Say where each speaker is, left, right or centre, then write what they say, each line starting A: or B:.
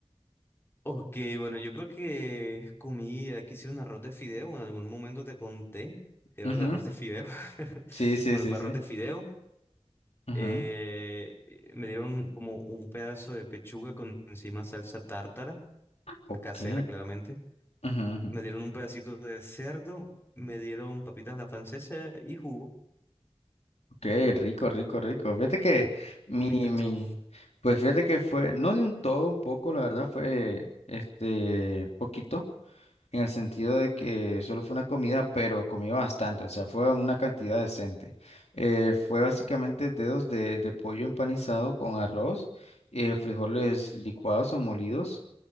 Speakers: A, on the left (about 20°); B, on the left (about 75°).
A: Ok, bueno, yo creo que comí, aquí hicieron arroz de fideo, en algún momento te conté que era
B: Ujú,
A: el arroz de fideo. <laughs>
B: Sí, sí,
A: Bueno,
B: sí,
A: fue
B: sí.
A: arroz de fideo.
B: Ujú,
A: eh, eh, me dieron como un pedazo de pechuga con encima salsa tártara,
B: Ok.
A: casera claramente.
B: ujú, ujú,
A: Me dieron un pedacito de cerdo, me dieron papitas a la francesa y jugo.
B: Ok, rico, rico, rico. Fíjate que mi,
A: ¿Y comiste
B: mi,
A: tú?
B: pues fíjate que fue, no de un todo, un poco, la verdad, fue, este, poquito. en el sentido de que solo fue una comida, pero comí bastante, o sea, fue una cantidad decente. Eh, fue básicamente dedos de, de pollo empanizado con arroz, eh, frijoles licuados o molidos